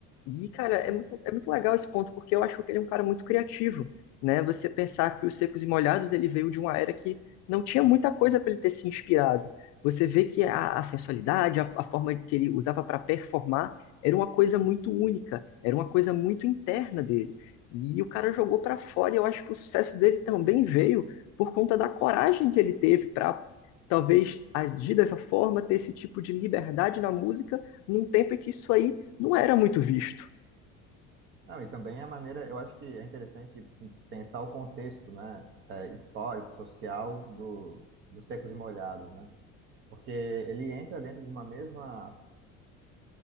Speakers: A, on the left; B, on the right.
A: E, cara,
B: Sim.
A: é muito, é muito legal esse ponto, porque eu acho que ele é um cara muito criativo, né? Você pensar que os Secos e Molhados, ele veio de uma era que não tinha muita coisa para ele ter se inspirado. Você vê que a, a sensualidade, a, a forma que ele usava para performar, era uma coisa muito única, era uma coisa muito interna dele. E o cara jogou para fora, e eu acho que o sucesso dele também veio por conta da coragem que ele teve para talvez agir dessa forma, ter esse tipo de liberdade na música, num tempo em que isso aí não era muito visto.
B: Não, e também a maneira, eu acho que é interessante pensar o contexto, né, é, histórico, social do, dos Secos e Molhados, né? Porque ele entra dentro de uma mesma